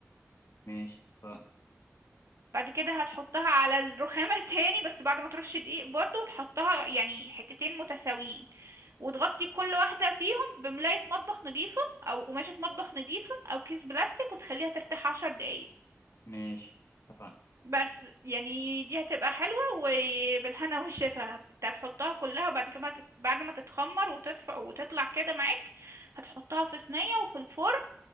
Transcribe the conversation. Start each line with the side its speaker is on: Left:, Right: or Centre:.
Left: ماشي اتفقنا
Right: بعد كده هتحطها على الرخامة تاني بس بعد ما ترش دقيق برضو وتحطها يعني حتتين متساويين وتغطي كل واحدة فيهم بملاية مطبخ نظيفة أو قماشة مطبخ نظيفة أو كيس بلاستيك وتخليها ترتاح عشر دقايق
Left: ماشي اتفقنا
Right: بس يعني دي هتبقى حلوة وبالهنا والشفا انت هتحطها كلها وبعد كده بعد ما تتخمر وتدفى وتطلع كده معاك هتحطها في صينية وفي الفرن